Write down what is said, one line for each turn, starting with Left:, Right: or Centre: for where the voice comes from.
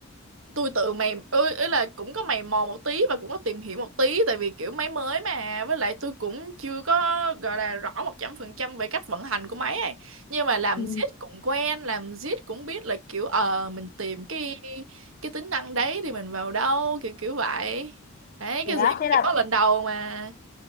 Right: tôi tự mày ơi ý là cũng có mày mò một tí và cũng có tìm hiểu một tí tại vì kiểu máy mới mà với lại tôi cũng chưa có gọi là rõ một trăm phần trăm về cách vận hành của máy này nhưng mà làm
Left: ừ.
Right: zip cũng quen làm zip cũng biết là kiểu ờ mình tìm cái cái tính năng đấy thì mình vào đâu kiểu kiểu vậy đấy cái
Left: thế
Right: gì
Left: á
Right: cũng
Left: thế là
Right: phải có lần đầu mà